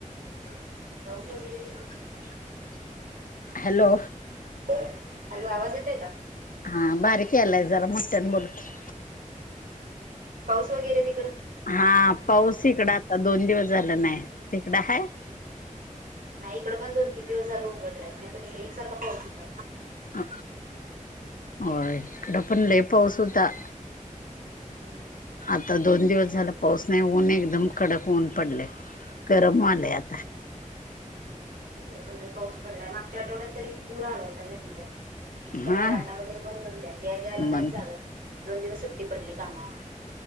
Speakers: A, on the right; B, on the left.
A: <unintelligible> <unintelligible>
B: हॅलो,
A: हॅलो, आवाज येतोय का.
B: हा बारीक यालाय, जरा मोठ्यान बोल की.
A: पाऊस वगैरे तिकडं?
B: हा.. पाऊस इकडं आता, दोन दिवस झाल नाही तिकडं हाय.
A: नाही इकड पण दोन तीन दिवस झालं उघडलाय, नाहीतरी एकसारखं पाऊस हुता.
B: आ होय, इकडं पण लय पाऊस होता.
A: हम्म.
B: आता दोन दिवस झालं पाऊस नाही, ऊन एकदम कडक ऊन पडलंय. गरम व्हालय आत
A: हम्म इकडं पण लय पाऊस पडलाय, मागच्या आठवड्यात तरी पूर आला होता नदीला. सगळ्या
B: हा
A: वाटा वगैरे बंद होत्या, याय जायला काहीच
B: मन
A: चालत नव्हती दोन दिवस सुट्टी पडली कामावर.